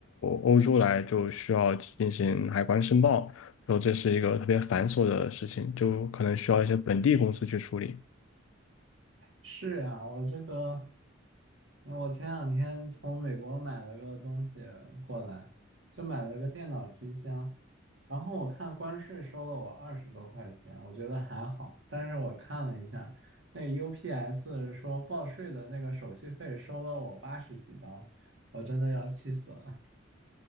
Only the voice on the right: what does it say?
是呀，我这个。我前两天从美国买了个东西过来，就买了个电脑机箱，然后我看关税收了我二十多块钱，我觉得还好，但是我看了一下，那 UPS 说报税的那个手续费收了我八十几刀，我真的要气死了。